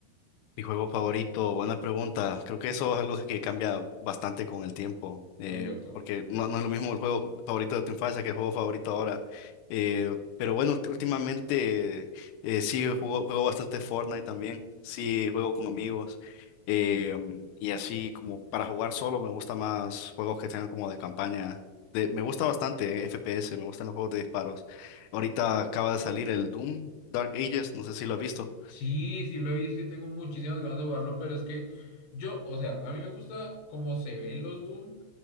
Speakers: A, on the left; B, on the left.
A: Mi juego favorito, buena pregunta. Creo que eso es algo que cambia bastante con el tiempo, eh,
B: Muy cierto.
A: porque no, no es lo mismo el juego favorito de tu infancia que el juego favorito ahora. Eh, pero bueno, ult- últimamente eh, sí juego, juego bastante Fortnite también, sí juego con amigos eh, y así como para jugar solo me gusta más juegos que tengan como de campaña. De, me gusta bastante FPS, me gustan los juegos de disparos. Ahorita acaba de salir el Doom Dark Ages, no sé si lo has visto.
B: Sí, sí lo he visto y tengo muchísimas ganas de jugarlo, pero es que yo, o sea, a mí me gusta cómo se ven los Doom,